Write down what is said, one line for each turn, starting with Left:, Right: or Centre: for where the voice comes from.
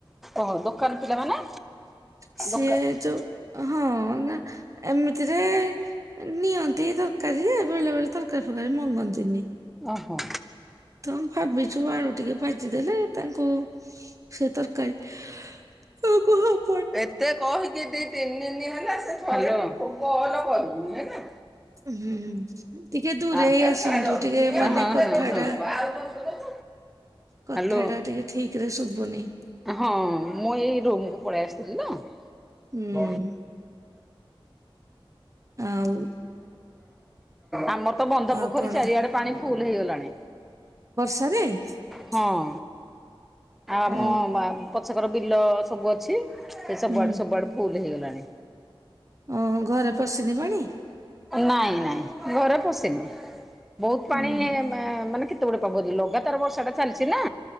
Centre: ଓହୋ ଦୋକାନ ପିଲାମାନେ
Right: ସିଏ
Centre: ଦୋକାନ
Right: ଯୋଉ ହଁ ନା ଏମିତିରେ ନିଅନ୍ତି ଏ ତରକାରୀ ବେଲେ ବେଳେ ତରକାରୀ ଫର କାରି ମଗନ୍ତିନି।
Centre: ଓହୋ।
Right: ତ ଭାବିଛୁ ଆଳୁ ଟିକେ ଭାଜିଦେଲେ ତାଙ୍କୁ ସେ ତରକାରୀ ତୁ କୁହ।
Centre: ଏତେ କହିକି ଦି ତିନିିନି ହେଲା ସେଭଲ କଲକରୁନି ହେଲା।
Right: ହୁଁ ଟିକେ ଦୂରେଇ
Centre: ଆଉ
Right: ଆସନ୍ତୁ
Centre: ଛାଡ
Right: ଟିକେ
Centre: ସିଏ
Right: ମାନେ
Centre: ମତେ
Right: କଥା
Centre: ଦୋଷ
Right: ଟା
Centre: ଦବ ଆଉ ଦୋଷ ଦବ।
Right: କଥା
Centre: ହ୍ୟାଲୋ
Right: ଟା ଟିକେ ଠିକ ରେ ଶୁଭୁନି।
Centre: ହଁ ମୁଁ ଏଇ ରୋମକୁୁ ପଳେଇ ଆସିଥିଲି ତ
Right: ହୁଁ
Centre: <unintelligible>
Right: ଆଉ
Centre: ଆମର ତ ବନ୍ଧ
Right: ଆଉ
Centre: ପୋଖରୀ
Right: କଣ
Centre: ଚାରିଆଡେ ପାଣି ଫୁଲ ହେଇଗଲାଣି।
Right: <unintelligible>
Centre: ହଁ। ଆଉ
Right: ଓ
Centre: ଆମ ପଛକର ବିଲ ସବୁ ଅଛି ସେ ସବୁଆଡୁ
Right: ହୁଁ
Centre: ସବୁଆଡୁ ଫୁଲ ହେଇଗଲାଣି।
Right: ଓହୋ ଘରେ ପଶିନି ପାଣି।
Centre: ନାଇଁ ନାଇଁ ଘରେ ପଶିନି। ବହୁତ ପାଣି
Right: ହୁଁ
Centre: ମାନେ କେତେ ଗୁଡେ ପବଦି ଲଗାତାର ବର୍ଷା ଟା ଚାଲିଛି ନା।